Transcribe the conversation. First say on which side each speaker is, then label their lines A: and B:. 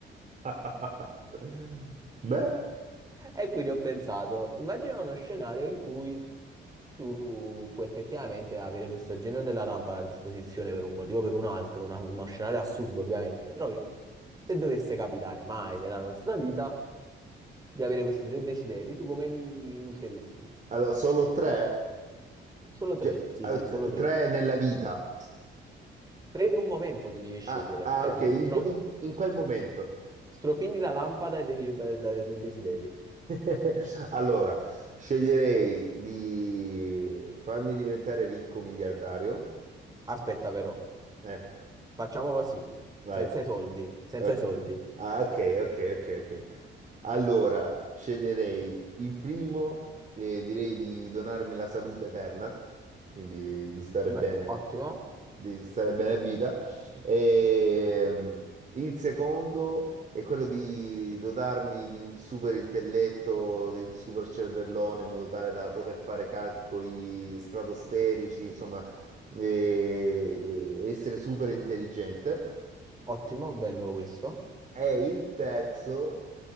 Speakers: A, on the right; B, on the right.
A: <laughs> Beh,
B: E quindi ho pensato, immagina uno scenario in cui tu puoi effettivamente avere questo genio della lampada a disposizione per un motivo o per un altro, una- uno scenario assurdo ovviamente, però che se dovesse capitare mai nella nostra vita di avere questi tre desideri, tu come li useresti?
A: allora solo tre?
B: Solo tre,
A: Cioè,
B: sì,
A: eh,
B: sì, solo
A: t-
B: tre.
A: tre nella vita.
B: Tre in un momento li devi scegliere,
A: Ah, ah,
B: cioè
A: ok,
B: de-
A: in,
B: strof-
A: que- in- in quel momento.
B: strofini la lampada e devi dare dare tre desideri.
A: <laughs> Allora, sceglierei di farmi diventare ricco miliardario.
B: Aspetta però,
A: Eh,
B: facciamo così,
A: vai.
B: senza i soldi, senza
A: Ok.
B: i soldi.
A: Ah, ok, ok, ok, ok. Allora, sceglierei il primo e direi di donarmi la salute eterna, quindi di stare
B: Beh,
A: bene,
B: ottimo,
A: di stare bene a vita. E, mm, il secondo è quello di dotarmi di un super intelletto, di un super cervellone, in modo tale da poter fare calcoli stratosferici, insomma, e- e essere super intelligente
B: ottimo, bello questo.
A: è il terzo